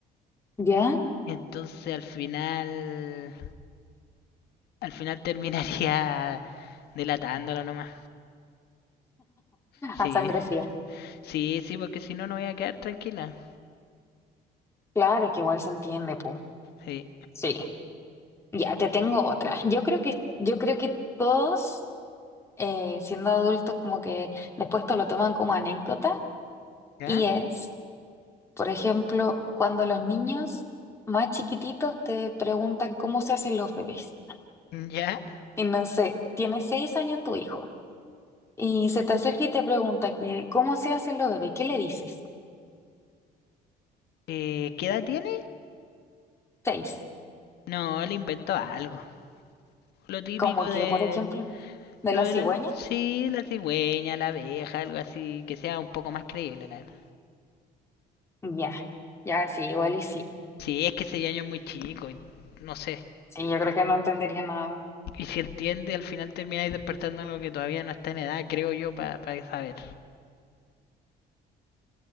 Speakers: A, on the left; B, on the left.
A: ¿Ya?
B: entonces al final, al final terminaría <laughs> delatándolo nomás. Sí,
A: A sangre fría.
B: sí, sí, porque si no, no voy a quedar tranquila.
A: Claro, es que igual se entiende, po.
B: Sí.
A: Sí. Ya, te tengo otra. Yo creo que, yo creo que todos, eh, siendo adultos, como que después te lo toman como anécdota.
B: ¿Ya?
A: Y es, por ejemplo, cuando los niños más chiquititos te preguntan cómo se hacen los bebés.
B: ¿Ya?
A: Y no sé, tiene seis años tu hijo. Y se te acerca y te pregunta que, ¿cómo se hace lo bebé? ¿Qué le dices?
B: Eh, ¿qué edad tiene?
A: Seis.
B: No, le inventó algo. Lo típico
A: Como
B: de...
A: que, por ejemplo, de
B: Lo
A: la
B: de
A: cigüeña.
B: la... Sí, la cigüeña, la abeja, algo así, que sea un poco más creíble, la verdad.
A: Ya, ya, sí, igual y sí.
B: Sí, es que ese año es muy chico, y no sé.
A: Sí, yo creo que no entendería nada.
B: Y si entiende, al final termináis despertando algo que todavía no está en edad, creo yo, para pa saber.